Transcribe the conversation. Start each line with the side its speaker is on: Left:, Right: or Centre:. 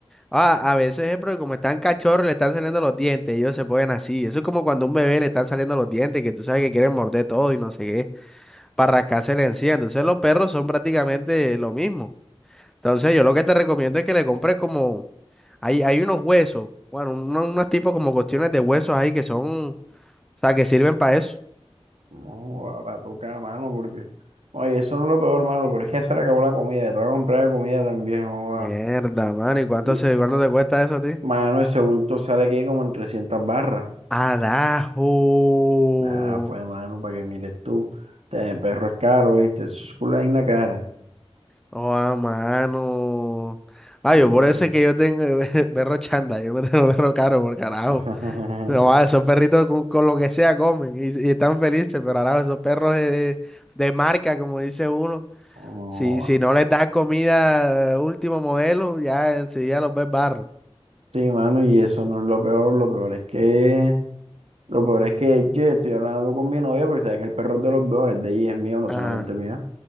Centre: ah, a veces es porque como están cachorros, le están saliendo los dientes, ellos se ponen así. Eso es como cuando a un bebé le están saliendo los dientes, que tú sabes que quieren morder todo y no sé qué. para rascársela encía. Entonces los perros son prácticamente lo mismo. Entonces yo lo que te recomiendo es que le compres como, hay, hay unos huesos, bueno, uno- unos tipos como cuestiones de huesos ahí que son, o sea, que sirven para eso.
Right: No, va a tocar mano porque. Oye, eso no es lo peor, mano, pero es que ya se le acabó la comida, te voy a comprar comida también, joda.
Centre: Mierda, mano, ¿y cuánto,
Right: Y,
Centre: se, cuánto te cuesta eso a ti?
Right: mano, ese bulto sale aquí como en 300 barras.
Centre: Arajo.
Right: Nada, pues, mano, para que mires tú. Este perro es caro, ¿viste? Eso es culo en la cara.
Centre: Oh, a mano.
Right: Sí.
Centre: Ay, yo por eso es que yo tengo <laughs> perro chanda, yo me tengo perro caro, por carajo.
Right: <laughs>
Centre: No, ah, esos perritos con, con lo que sea comen y, y están felices, pero ahora esos perros de, de marca, como dice uno,
Right: Oh,
Centre: si, si no les das comida eh, último modelo, ya enseguida los ves barro.
Right: sí, mano, y eso no es lo peor, lo peor es que, lo peor es que yo estoy hablando con mi novia porque sabes que el perro es de los dos, es de ella, y es mío, no
Centre: Ajá.
Right: solamente mío.